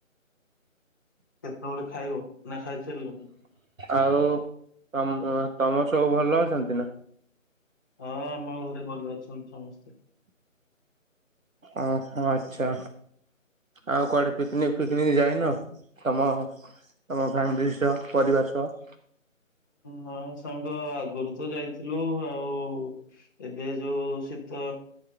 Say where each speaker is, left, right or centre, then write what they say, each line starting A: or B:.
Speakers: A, on the left; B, on the right.
A: କେତେବେଳେ ଖାଇବ ନା ଖାଇସାରିଲନି?
B: ଆଉ ତମ ତମର ସବୁ ଭଲ ଅଛନ୍ତି ନା?
A: ହଁ ଆମ ଘରେ ଭଲ ଅଛନ୍ତି ସମସ୍ତେ।
B: ଓହୋ ଆଚ୍ଛା। ଆଉ କୁଆଡ଼େ ପିକନିକ ଫିକନିକ ଯାଇନ ତମ ତମ ଫ୍ୟାମିଲି ସହ ପରିବାର ସହ।
A: ନାଁ ସାଙ୍ଗ ଆଗରୁ ତ ଯାଇଥିଲୁ ଆଉ। ଏବେ ଯୋଉ ଶୀତ